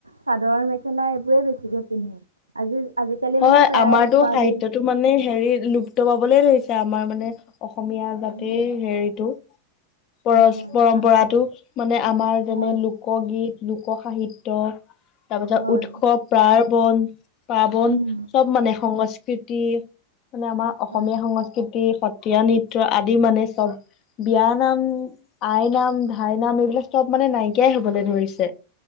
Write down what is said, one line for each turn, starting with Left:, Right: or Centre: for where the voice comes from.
Right: চাদৰ মেখেলা এইবোৰে বেছিকে পিন্ধে আজি। আজিকালি
Left: হয়
Right: মানে প্ৰায়
Left: আমাৰতো
Right: ছোৱালী
Left: সাহিত্যয়তো মানে হেৰি লুপ্ত পাবলে ধৰিছে আমাৰ মানে। অসমীয়া জাটিৰ
Right: হয়
Left: হেৰিটো। পৰছ
Right: হয়
Left: পৰম্পৰাতটো
Right: শান্তি
Left: মানে আমাৰ যেনে
Right: হয়
Left: লোকগীত। লোকসাহিত্য তাৰপিছত
Right: হয়
Left: উৎসৱ প্ৰাৰ্বণ পাৰ্বন।
Right: উম
Left: চব মানে সংস্কৃতি মানে আমাৰ অসমীয়া
Right: হয়
Left: সংস্কৃতি সত। তীয়া নৃত্য আদি মানে চব। বিয়া নাম আই নাম ধাই নাম এইবিলাক চব মানে নাইকিয়াই হ'বলে ধৰিছে।